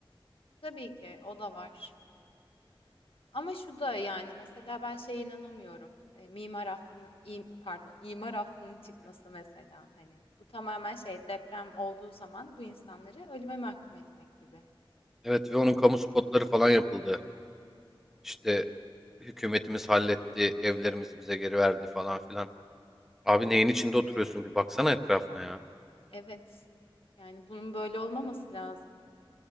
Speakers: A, on the left; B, in the centre.
A: tabii ki o da var. E, ama şu da yani mesela ben şeye inanamıyorum. E, mimar affını, im- pardon, imar affının çıkması mesela hani bu tamamen şey deprem olduğu zaman bu insanları ölüme mahkum etmek gibi.
B: Evet ve onun kamu spotları falan yapıldı. İşte hükümetimiz halletti, evlerimizi bize geri verdi falan filan. Abi neyin içinde oturuyorsun bir baksana etrafına ya.
A: Evet. Yani bunun böyle olmaması lazım.